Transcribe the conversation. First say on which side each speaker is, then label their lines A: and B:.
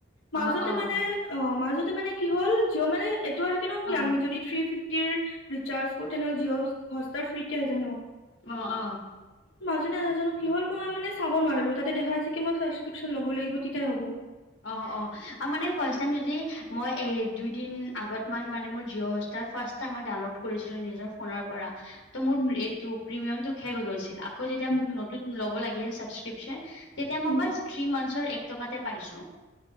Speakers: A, on the left; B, on the left.
A: মাজতে
B: অ', অ',
A: মানে অ' মাজতে মানে কি হ'ল জিঅ' মানে এইটো থাকে ন কি
B: অ',
A: আমি যদি থ্ৰী ফিফটিৰ ৰিচাৰ্জ কৰো তেনেহ'লে জিঅ'হষ্টাৰ ফ্ৰীতে হয় যায় ন।
B: অ' আহ।
A: সেইদিনা নাজানো কি হল মই মানে চাব নোৱাৰিলো তাতে দেখাই হৈছে কি মই চাবচক্ৰিপশ্যন লব লাগিব তেতিয়াই হ'ব।
B: অ' অ' আৰু মানে ফাৰ্ষ্ট টাইম যদি মই এ দুইদিন আগত মান মানে মোৰ জিঅ'হস্তাৰ ফাৰ্ষ্ট এ মই ডাউনলোড কৰিছিলো নিজৰ ফোনৰ পৰা। ত' মোৰ
A: উম,
B: এই প্ৰিমিয়ামটো শেষ হৈ গৈছিল, আকৌ যেতিয়া
A: উম,
B: মোক নতুন লব লাগে চাবচক্ৰিপশ্যন। তেতিয়া মই
A: উম।
B: বাচ থ্ৰী মান্থচ এক টকাতে পাইছোঁ।